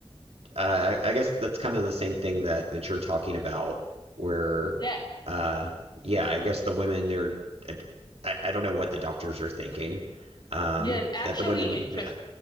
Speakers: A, on the right; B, on the left.
A: uh, I guess that's kind of the same thing that that you're talking about, where
B: Yeah,
A: uh, yeah, I guess the women they're I, I don't know what the doctors are thinking. Um,
B: yeah, it's actually
A: that the women,
B: interest.
A: yeah,